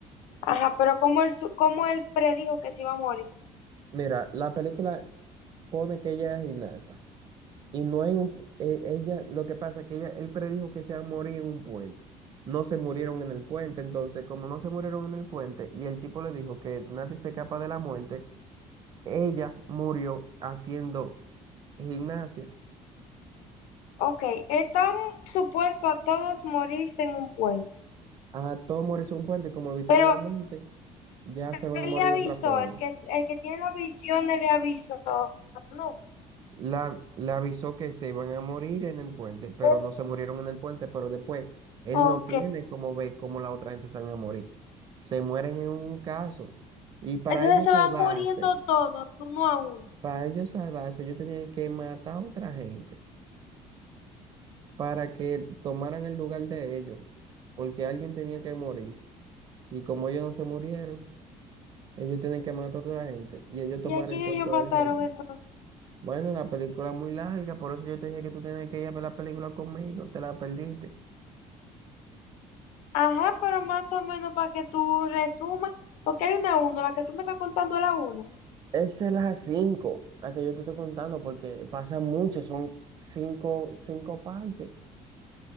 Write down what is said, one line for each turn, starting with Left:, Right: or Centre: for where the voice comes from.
Left: Ajá, pero como él, su- como él predijo que se iba a morir.
Right: Mira, la película pone que ella es gimnasta. Y no hay un, eh, ella, lo que pasa es que ella, él predijo que se iba a morir en un puente. No se murieron en el puente, entonces como no se murieron en el puente y el tipo le dijo que nadie se escapa de la muerte, ella murió haciendo gimnasia.
Left: Ok, están supuestos a todos morirse en un puente,
Right: A todos morirse en un puente, como evitaron
Left: pero
Right: la muerte, ya se van
Left: él
Right: a morir
Left: le avisó,
Right: de otra forma.
Left: el que, el que tiene la visión él le avisó, no.
Right: La, le avisó que se iban a morir en el puente, pero
Left: Él-
Right: no se murieron en el puente, pero después él
Left: Ok,
Right: no tiene cómo ver cómo la otra gente se van a morir. Se mueren en un caso. Y para
Left: entonces
Right: ellos
Left: se
Right: salvarse,
Left: van muriendo todos, uno a uno.
Right: para ellos salvarse, ellos tenían que matar a otra gente para que tomaran el lugar de ellos, porque alguien tenía que morirse. Y como ellos no se murieron, ellos tienen que matar a otra gente y ellos tomaron
Left: ¿Y a quién
Right: el puerto
Left: ellos mataron
Right: de esa gente.
Left: entonces?
Right: Bueno, la película es muy larga, por eso yo te dije que tú tenías que ir a ver la película conmigo, te la perdiste.
Left: Ajá, pero más o menos para que tú resumas, porque hay una uno, la que tú me estás contando es la uno.
Right: Esa es la 5, la que yo te estoy contando, porque pasa mucho, son cinco, cinco partes